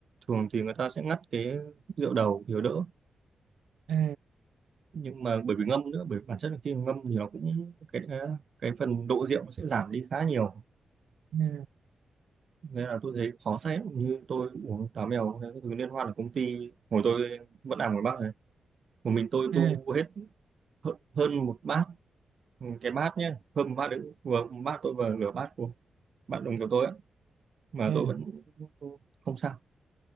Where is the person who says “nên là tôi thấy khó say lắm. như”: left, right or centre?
Right